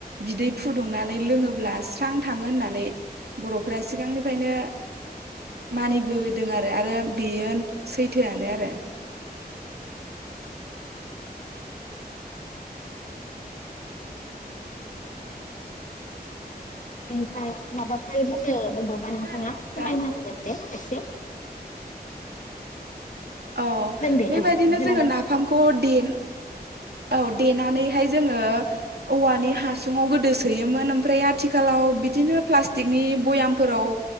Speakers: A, on the right; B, on the left.
A: बिदै फुदुंनानै लोङोब्ला स्रां थाङो होननानै बरफोरा सिगांनिफ्रायनो मानिबोदों आरो आरो बेयो सैथोआनो आरो
B: ओमफ्राय माबाफोर बुंनो अबावबा नोंथाङा
A: खोनादोंना नोंथां?
B: फोरमायना हगोन दे। बे
A: अ
B: दे
A: बेबायदिनो
B: औ खोनादों
A: जोङो नाफामखौ देन औ देनानैहाय जोंङो औवानि हासुंआव गोदो सोयोमोन ओमफ्राय आथिखालाव बिदिनो प्लासटिकनि बयामफोराव